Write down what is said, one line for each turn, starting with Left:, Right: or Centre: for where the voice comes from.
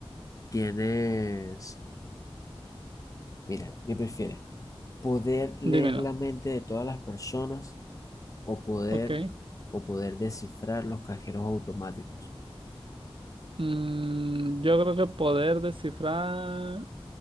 Left: Tienes, mira, ¿qué prefieres? ¿Poder leer
Right: dímelo.
Left: la mente de todas las personas o poder,
Right: Ok.
Left: o poder descifrar los cajeros automáticos?
Right: Mm, yo creo que poder descifrar